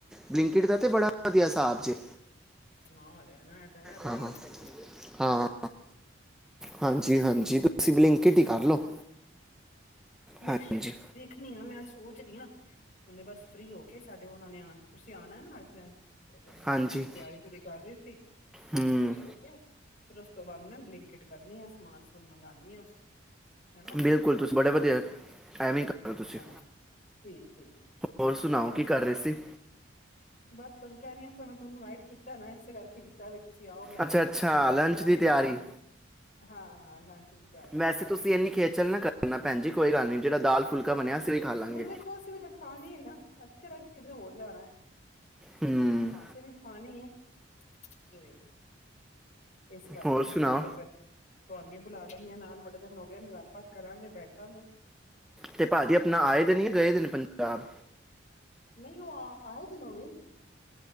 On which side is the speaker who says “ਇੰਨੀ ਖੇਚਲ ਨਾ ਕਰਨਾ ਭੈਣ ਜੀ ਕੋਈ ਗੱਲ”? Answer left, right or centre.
Centre